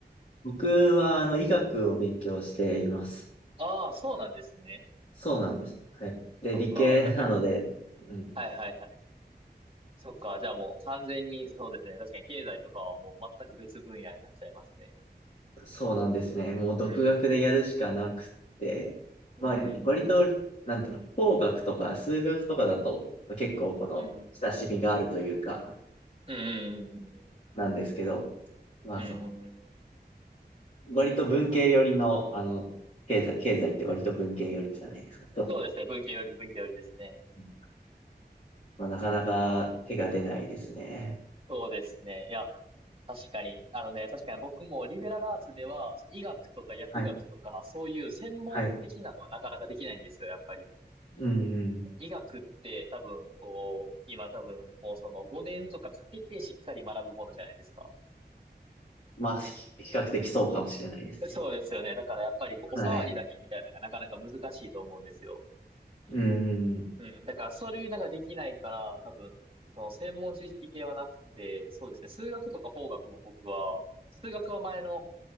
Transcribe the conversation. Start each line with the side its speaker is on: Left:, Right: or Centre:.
Left: 僕は、あの、医学を勉強しています。
Right: ああ、そうなんですね。
Left: そうなんです。はい。で、
Right: そっか。
Left: 理系なので、
Right: じゃあもういい。うんはいはいはい。
Left: うん、
Right: そっか。じゃあもう完全に、そうですね。確かに経済とかはもう全く別分野になっちゃいますね。
Left: そうなんですね。もう独学でやるしかなくて、
Right: うんうん。うんうんうんうん。
Left: まあ、割と、なんていうの、工学とか数学とかだと、結構この、
Right: うんうん。
Left: 親しみがあるというか、
Right: うんうんうんうん。
Left: なんですけど、まあ、
Right: うんうんうん。
Left: その割と文系寄りの、あの、経済、経済って割と文系寄りじゃないですか、ちょっと。
Right: そうですね。文系より、文系よりですね。
Left: うんまあ、なかなか手が出ないですね。
Right: そうですね。いや、確かに、あのね、確かに僕もリベラルアーツでは、そう医学とか薬学とか、
Left: はい、
Right: そういう専門的なのはなかなかできないんですよ、
Left: はい。
Right: やっぱり。
Left: うんうん。
Right: 医学って多分、こう、今多分、もうその5年とかかけてしっかり学ぶものじゃないですか。
Left: まあ、ひ比較的そうかもしれないですね。
Right: そうですよね。だからやっぱりこう、
Left: はい。
Right: お触りだけみたいなのがなかなか難しいと思うんですよ。
Left: うんうん。
Right: うん。だからそれなんかできないから、多分、その専門知識系はなくて、そうですね。数学とか法学も僕は、数学は前の